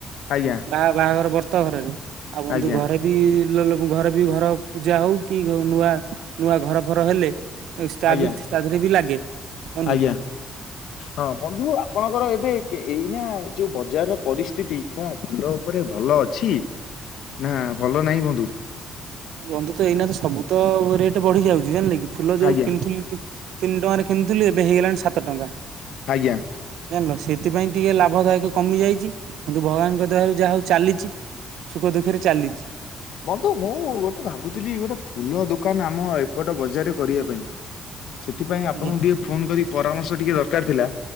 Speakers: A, on the left; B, on the right.
A: ଆଜ୍ଞା
B: ବାହା ବାହାଘର ବର୍ତ ଘରରେ ଆଉ ବନ୍ଧୁ
A: ଆଜ୍ଞା
B: ଘରେ ବି ଫୁଲ ଲୋକ ଘରେ ବି ଘର ପୂଜା ହଉ କି ନୂଆ ନୂଆ ଘର ଫର ହେଲେ <unintelligible>
A: ଆଜ୍ଞା
B: ତାଦେହରେ ବି ଲାଗେ। ବନ୍ଧୁ
A: ଆଜ୍ଞା ହଁ ବନ୍ଧୁ ଆପଣଙ୍କର ଏବେ କେ ଏଇନା ଯୋଉ ବଜାର ପରିସ୍ଥିତି କଣ ଫୁଲ ଉପରେ ଭଲ ଅଛି ନା ଭଲ ନାହିଁ ବନ୍ଧୁ।
B: ଆ ବନ୍ଧୁ ତ ଏଇନାତ ସବୁ ତ ରେଟ ବଢି ଯାଉଛି ଜାଣିଲେ କି ଫୁଲ ଯୋଉ
A: ଆଜ୍ଞା
B: କିଣିଥିଲି ତିନି ଟଙ୍କାରେ କିଣିୁଥିଲି ଏବେ ହେଇଗଲାଣି ସାତ ଟଙ୍କା।
A: ଆଜ୍ଞା।
B: ଜାଣିଲ ସେଥିପାଇଁ ଟିକେ ଲାଭ ଦାୟକ କମି ଯାଇଛି କିନ୍ତୁ ଭଗବାନଙ୍କ ଦୟାରୁ ଯାହା ହଉ ଚାଲିଛି। ସୁଖ ଦୁଃଖରେ ଚାଲିଛି
A: ବନ୍ଧୁ ମୁଁ ଗୋ - ଭାବୁଥିଲି ଗୋଟେ ଫୁଲ ଦୋକାନ ଆମ ଏପଟ ବଜାରରେ କରିବା ପାଇଁ। ସେଥିପାଇଁ ଆପଣଙ୍କୁ
B: ଆଜ୍ଞା
A: ଟିକେ ଫୋନ କରି ପରାମର୍ଶ ଟିକେ ଦରକାର। ଦରକାରେ ଥିଲା।